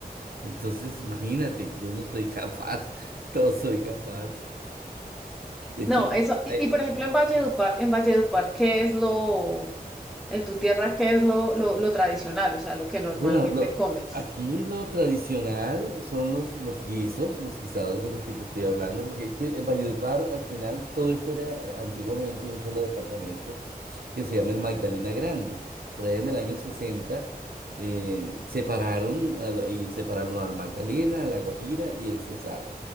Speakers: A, on the right; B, in the centre.
A: Entonces, imagínate, yo no soy capaz, <laughs> no soy capaz. De
B: No,
A: hecho,
B: eso, y,
A: ay,
B: y, por ejemplo en Valledupar, en Valledupar, ¿qué es lo, en tu tierra, qué es lo, lo, lo tradicional, o sea, lo que normalmente
A: bueno, lo,
B: comes?
A: aquí lo tradicional son los, los guisos, los guisados de los que te estoy hablando, porque es que en Valledupar al final todo esto era eh, antiguamente un solo departamento. que se llama el Magdalena Grande. Por allá en el año 60 eh, separaron a- y separaron al Magdalena, a la Guajira y el Cesar.